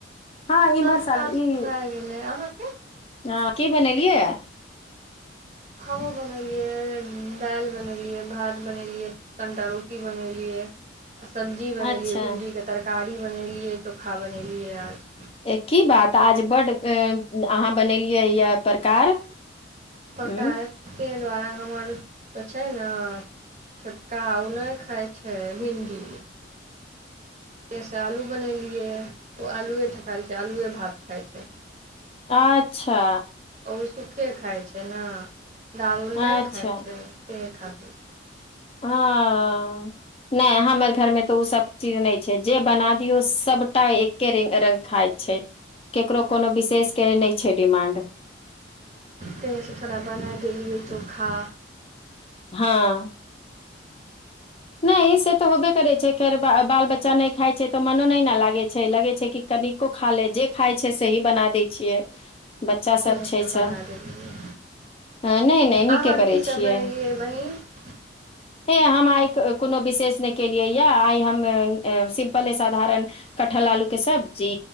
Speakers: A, on the left (about 30°); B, on the right (about 40°).
A: हँ इम्हर
B: सब
A: साल
B: काज
A: ई
B: त भ भए गेलै अहाँके?
A: हँ की बनेलियै?
B: हमहु बनेलियै दालि बनेलियै भात बनेलियै कनिटा रोटी बनेलियै आ सब्जी बनेलियै
A: अच्छा
B: भिण्डीके तरकारी बनेलियै चोखा बनेलियै आज।
A: ए की बात आज बड्ड ऐं अहाँ बनेलियै यए प्रकार।
B: प्रकार
A: उ
B: <unintelligible> वाला हमर तऽ छै ना छोटका ओ नहि खाइ छै भिण्डी। सँ आलू बनेलियै ओ आलुए ठा खायए छै आलुए भात खाइ छै।
A: आच्छा।
B: ओ सुखे खाय छै न दैय- उल
A: अच्छा
B: नैय खाय छै सेहे खातिर।
A: हँऽ। नैय हमर घरमे तऽ ओ सब चीज नैय छै जे बना दियौ सभटा एक केरिंग रंग खाय छै केकरो कोनो विशेष के नैय छै डिमाण्ड।
B: तेय सं थोड़ा बना देलियै चोखा।
A: हँ। नैय से त होबे करै छै खेर बा बाल बच्चा नैय खाय छै त मनो नैय ने लागै छै लगै छै कि कनिको खा लै जे खाय छै सेही बना दै छियै। बच्चा सब
B: तेँसँ
A: छै स।
B: बना देलियै
A: ह नैय- नैय नीके
B: अहाँ
A: करै
B: कीसभ
A: छियै
B: बनेलियै बहीन
A: हे हम आय कोनो विशेष नैय केलियै या आय हम सिम्पले साधारण कठहल आलू के सब्जी।